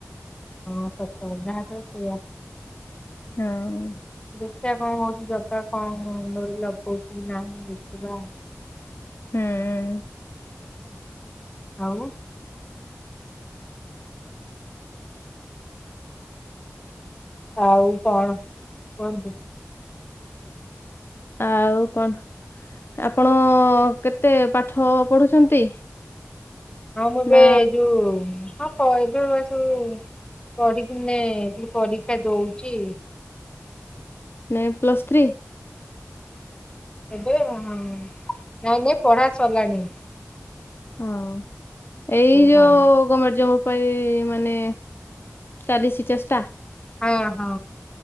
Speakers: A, on the left (about 20°); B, on the left (about 45°).
A: ହଁ ସତ ଯାହା କହିଲୁ ସେଇଆ।
B: ହଁ।
A: ଦେଖିବା କଣ ହଉଚି ଜଗା କଣ ଡୋରି ଲଗଉଚିକି ନାହିଁ ଦେଖିବା।
B: ହୁଁ।
A: ଆଉ। ଆଉ କଣ କୁହନ୍ତୁ।
B: ଆଉ କଣ ଆପଣ କେତେ ପାଠ ପଢୁଛନ୍ତି।
A: ହଁ ମୁଁ ଏବେ
B: ନା
A: ଯୋଉ ହଁ ପ ଏବେ ବା ସବୁ ପଢ଼ି କିନେ ଖାଲିପରୀକ୍ଷା ଦଉଚି।
B: ନାଇଁ ପ୍ଲସ୍ ଥ୍ରୀ।
A: ଏବେ ହଁ ହଁ ନାଇଁ ନାଇଁ ପଢା ସରିଲାଣୀ।
B: ହଁ ଏଇ ଯୋଉ
A: ହଁ
B: ଗମେଣ୍ଟ ଜବ୍ ପାଇଁ ମାନେ ଚାଲିଚି ଚେଷ୍ଟା।
A: ହଁ ହଁ